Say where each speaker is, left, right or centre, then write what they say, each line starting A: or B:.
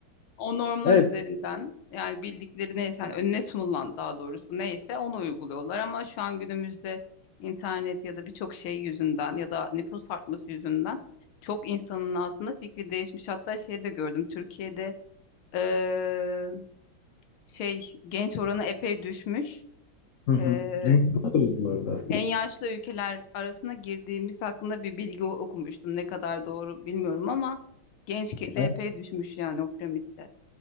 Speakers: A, on the left; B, on the left.
A: O normlar
B: Evet.
A: üzerinden yani bildikleri neyse hani önüne sunulan daha doğrusu neyse onu uyguluyorlar ama şu an günümüzde internet ya da birçok şey yüzünden ya da nüfus artması yüzünden çok insanın aslında fikri değişmiş. Hatta şey de gördüm Türkiye'de eee, şey genç oranı epey düşmüş.
B: Hı hı.
A: Eee,
B: Dünyada böyle bu arada.
A: en yaşlı ülkeler arasına girdiğimiz hakkında bir bilgi okumuştum. Ne kadar doğru bilmiyorum ama genç kitle
B: Evet,
A: epey düşmüş yani o piramitte.